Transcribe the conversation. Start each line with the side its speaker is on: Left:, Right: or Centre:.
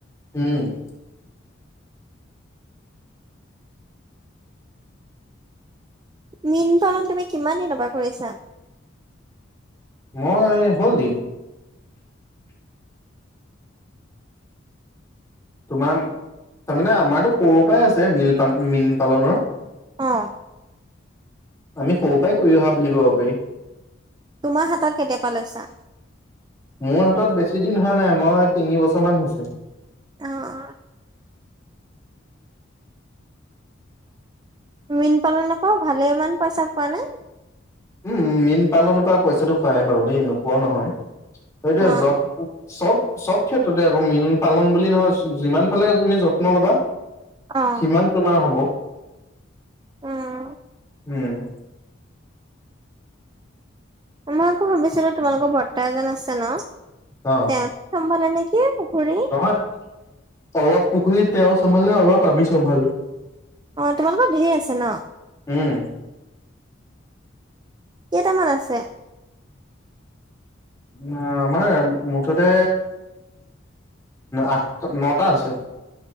Left: উম।
Right: মীন পলন তুমি কিমান দিনৰ পৰা কৰিছা?
Left: মই হ'ল দিন। তোমাৰ তাৰমানে আমাৰতো সৰুৰে পৰাই আছে মীল পালন মীন পালনৰ।
Right: অ'
Left: আমি সৰু পৰাই কৰি অহা বুলি ক'ব পাৰি।
Right: তোমাৰ হাতত কেতিয়াৰ পৰা লৈছা?
Left: মোৰ হাতত বেছি দিন হোৱা নাই মই তিনি বছৰমান হৈছে।
Right: অ'-অ'। মীন পালনৰ পৰাওঁ ভালেমান পইচা পোৱানে?
Left: উম মীন পালনৰ পৰা পইচাটো পাই বাৰু দেই নোপোৱাও নহয়। এতিয়া
Right: অ
Left: য'ত চব-চব ক্ষেত্ৰতে আকৌ মীন পালন বুলি নহয় যিমান ফালে তুমি যত্ন ল'বা
Right: অ
Left: সিমান তোমাৰ হ'ব।
Right: উম
Left: উম
Right: মই আকৌ ভাবিছিলোঁ তোমালোকৰ বৰ্তা এজন আছে ন'
Left: অ'
Right: তেওঁ চম্ভালে নেকি পুখুৰী।
Left: নহয় অলপ পুখুৰী তেওঁ চম্ভালে অলপ আমি চম্ভালো।
Right: অ' তোমালোকৰ ঢেৰ আছে ন'?
Left: উম
Right: কেইটামান আছে?
Left: অ' আমাৰ মুঠতে আঠটা, নটা আছে।